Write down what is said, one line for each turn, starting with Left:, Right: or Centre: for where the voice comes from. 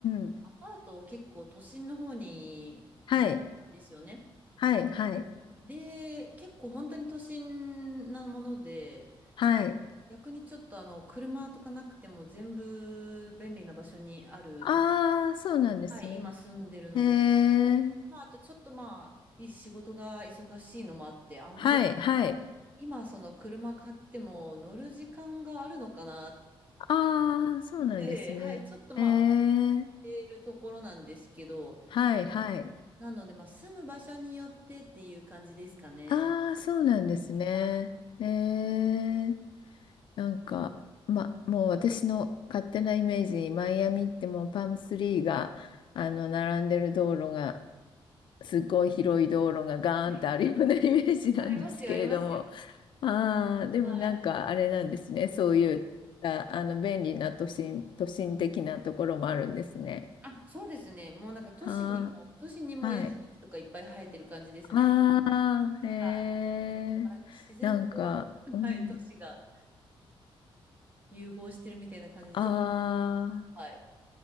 Left: うん。
Right: アパートを結構都心の方に見つけたんですよね。
Left: はい、はい、はい、
Right: で、結構本当に都心なもので、
Left: はい。
Right: 逆にちょっとあの、車とかなくても全部便利な場所にあるとこ、
Left: ああ、そうなんですね。
Right: はい、今住んでるので、
Left: へえ、
Right: まあ、あとちょっとまあ、い仕事が忙しいのもあって、あんまり
Left: はい、はい。
Right: 今その車買っても乗る時間があるのかなっ
Left: ああ、そうなんですね。
Right: て、はい、ちょっとまあ、
Left: ええ、
Right: 思っているところなんですけど、
Left: はい、はい。
Right: なのでまあ、住む場所によってっていう感じですかね。
Left: ああ、そうなんですね。
Right: あ
Left: ええ、なんか、ま、もう私の勝手なイメージ、マイアミってもうパームスリーが、あの、並んでる道路が、すごい広い道路がガーンってあるような
Right: はい。
Left: <laughs> イメージなんですけれども。
Right: ありますよ、ありますよ。
Left: ああ、でもなんかあれなんですね。
Right: はい
Left: そういった、あの、便利な都心、都心的なところもあるんですね。
Right: あ、そうですね。もうなんか都市にも、
Left: は
Right: 都市にもヤシの木とかいっぱい生えてる感じですね。
Left: ー、はい。ああ、へえ。
Right: はい。なんか自然と、
Left: なんか、うん、
Right: はい、都市が融合してるみたいな感じで、
Left: あ
Right: ちょっと、はい。